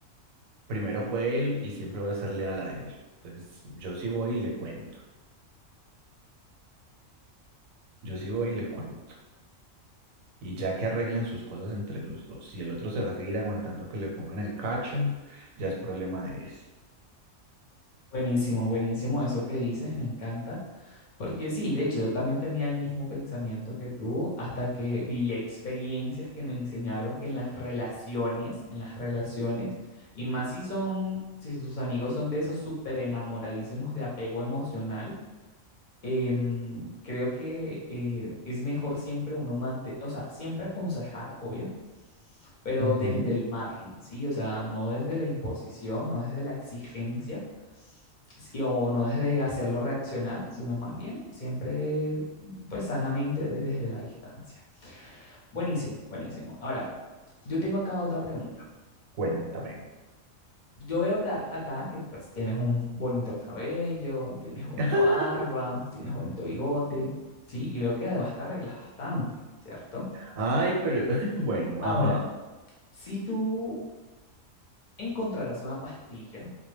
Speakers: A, on the right; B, on the left.
A: primero fue él y siempre voy a ser leal a él. Entonces, yo sí voy y le cuento. Yo sí voy y le cuento. Y ya que arreglen sus cosas entre los dos, si el otro se va a seguir aguantando que le pongan el cacho, ya es problema de eso.
B: Buenísimo, buenísimo eso que dices, me encanta. Porque sí, de hecho, yo también tenía el mismo pensamiento que tú hasta que viví experiencias que me enseñaron que en las relaciones, en las relaciones, y más si son, si tus amigos son de esos súper enamoradísimos de apego emocional, em, creo que eh, es mejor siempre uno mantener, o sea, siempre aconsejar, obvio, pero
A: Ujú,
B: desde el margen, ¿sí? O sea, no desde la imposición, no desde la exigencia sí, o no desde hacerlo reaccionar, sino más bien siempre, pues sanamente de- desde la distancia. Buenísimo, buenísimo. Ahora, yo tengo acá otra pregunta.
A: Cuéntame.
B: Yo veo acá, acá que pues, tienes un bonito cabello, tienes bonita
A: <laughs>
B: barba, tienes bonito bigote, ¿sí? Y veo que además te arreglas bastante, ¿cierto?
A: Ay, pero <laughs> bueno,
B: Ahora,
A: ajá.
B: si tú encontraras una pastilla,